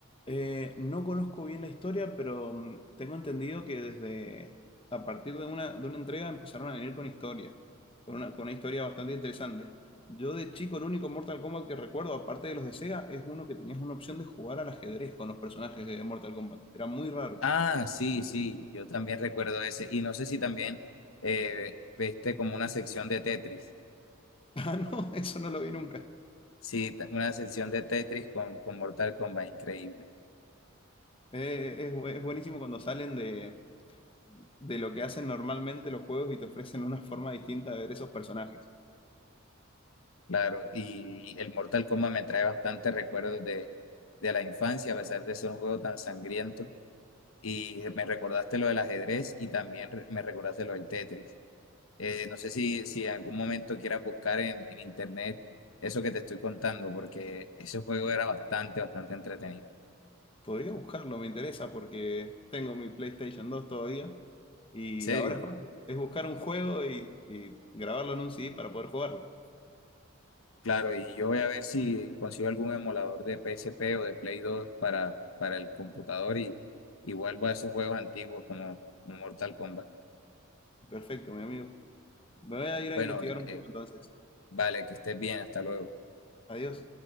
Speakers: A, on the left; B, on the left.
A: Eh, no conozco bien la historia, pero mm, tengo entendido que desde a partir de una, de una entrega empezaron a venir con historia, con una, con una historia bastante interesante. Yo de chico el único Mortal Kombat que recuerdo, aparte de los de Sega, es uno que tenías una opción de jugar al ajedrez con los personajes de Mortal Kombat. Era muy raro.
B: Ah,
A: <laughs>
B: sí, sí, yo también recuerdo ese. Y no sé si también eh, viste como una sección de Tetris.
A: Ah, no, eso no lo vi nunca.
B: Sí, ta- una sección de Tetris con, con Mortal Kombat, increíble.
A: Eh, es, bu- es buenísimo cuando salen de, de lo que hacen normalmente los juegos y te ofrecen una forma distinta de ver esos personajes.
B: Claro, y el Mortal Kombat me trae bastantes recuerdos de, de la infancia, a pesar de ser un juego tan sangriento. Y me recordaste lo del ajedrez y también re- me recordaste lo del Tetris. Eh, no sé si, si en algún momento quieras buscar en, en internet eso que te estoy contando, porque ese juego era bastante, bastante entretenido. ¿En
A: Podría buscarlo, me interesa porque tengo mi PlayStation 2 todavía y
B: serio?
A: ahora es fácil. Es buscar un juego y, y grabarlo en un CD para poder jugarlo.
B: Claro, y yo voy a ver si consigo algún emulador de PSP o de Play 2 para, para el computador y, y vuelvo a esos juegos antiguos como como Mortal Kombat.
A: Perfecto, mi amigo. Me voy a ir a
B: Bueno,
A: investigar un
B: eh,
A: poco entonces.
B: Vale, que estés bien, hasta luego.
A: Adiós.